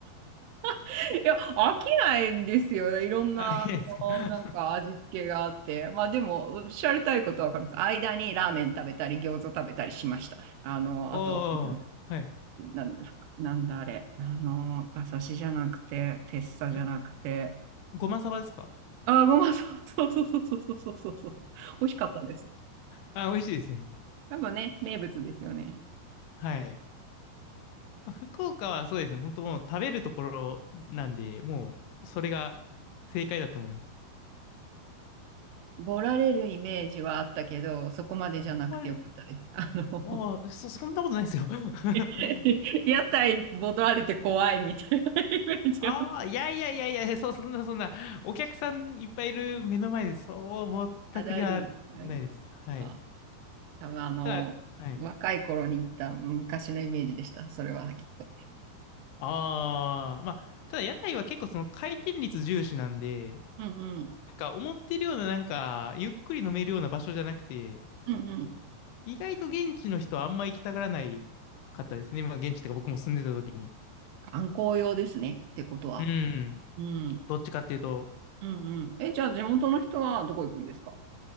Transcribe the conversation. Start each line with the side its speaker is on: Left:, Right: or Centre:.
Right: <laughs> いや、飽きないんですよね。
Left: <laughs>
Right: いろんな、
Left: あ、いいですか。
Right: あのなんか味付けがあって。
Left: <laughs>
Right: まあでも、おっしゃりたいことはわかります。間にラーメン食べたり、餃子食べたりしました。あの、
Left: お
Right: あと、
Left: お、はい。
Right: な、なんだあれ。あの、馬刺しじゃなくて、てっさじゃなくて、
Left: えごまさばですか
Right: あー、ごま、そうそうそうそうそうそうそうそう。美味しかったです。
Left: あ、美味しいですね。
Right: 多分ね、名物ですよね。
Left: はい。まあ福岡はそうですね。本当もう食べるところなんで、もう、それが正解だと思います。
Right: ボラれるイメージはあったけど、そこまでじゃなくてよかったです。
Left: ボカル
Right: あの、
Left: ああ、そ、そんなことないですよ。<laughs>
Right: <laughs> 屋台ボラれて怖いみたいなイメージは。
Left: ああ、いやいやいやいや、そ、<laughs> そんなそんな、お客さんいっぱいいる目の前で、そう、ぼったくりはないです。
Right: あ、大丈夫です。大丈夫です。
Left: はい。
Right: あ、多分あの、
Left: ただ、はい。
Right: 若い頃に行った昔のイメージでした。それはきっと。
Left: ああ、まあ、ただ屋台は結構その回転率重視なんで、
Right: うんうん。
Left: なんか思ってるようななんか、ゆっくり飲めるような場所じゃなくて、
Right: うんうん。
Left: 意外と現地の人はあんま行きたがらないかったですね。まあ現地とか僕も住んでた時に。
Right: 観光用ですね。ってことは。
Left: うん。
Right: うん。
Left: どっちかっていうと、
Right: うんうん。え、じゃあ地元の人はどこ行くんですか